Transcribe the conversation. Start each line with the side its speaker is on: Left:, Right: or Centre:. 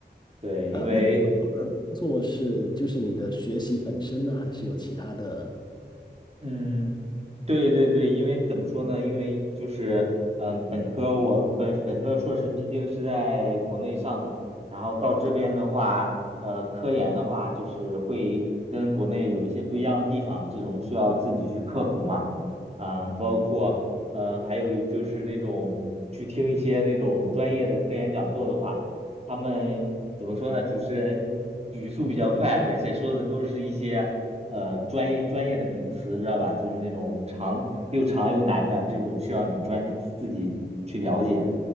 Right: 对，
Left: 呃，
Right: 因为
Left: 那你所说的工作是就是你的学习本身呢，还是有其他的？
Right: 嗯，对对对，因为怎么说呢？因为就是，嗯，本科我本本科硕士毕竟是在国内上的，然后到这边的话，
Left: 对
Right: 呃，科研的话就是会跟国内有一些不一样的地方，这种需要自己去克服嘛。嗯，包括，呃，还有就是那种去听一些那种专业的科研讲座的话，他们怎么说呢？主持人语速比较快，而且说的都是一些。呃专业专业的名词，知道吧？就是那种长又长又难的这种，需要你专自己去了解，